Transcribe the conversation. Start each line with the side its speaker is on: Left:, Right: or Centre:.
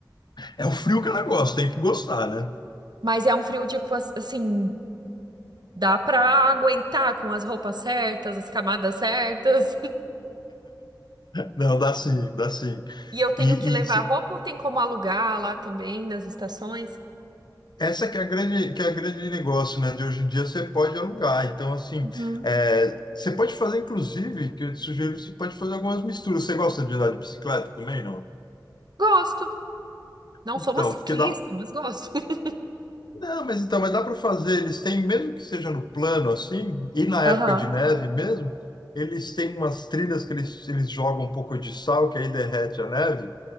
Left: é o frio que ela gosta, tem que gostar, né?
Right: Mas é um frio, tipo, as- assim. Dá pra aguentar com as roupas certas, as camadas certas. <laughs>
Left: Não, dá sim, dá sim.
Right: E eu tenho
Left: E,
Right: que levar
Left: e se-
Right: roupa ou tem como alugar lá também nas estações?
Left: essa que é a grande, que é a grande negócio, né? De hoje em dia você pode alugar. Então, assim,
Right: Uhum.
Left: é, você pode fazer, inclusive, que eu te sugiro, você pode fazer algumas misturas. Você gosta de andar de bicicleta também, não?
Right: Gosto. Não
Left: Então,
Right: sou uma ciclista,
Left: porque dá.
Right: mas gosto. <laughs>
Left: Não, mas então, mas dá para fazer. Eles têm, mesmo que seja no plano, assim, e na
Right: Aham.
Left: época de neve mesmo, eles têm umas trilhas que eles, eles jogam um pouco de sal, que aí derrete a neve.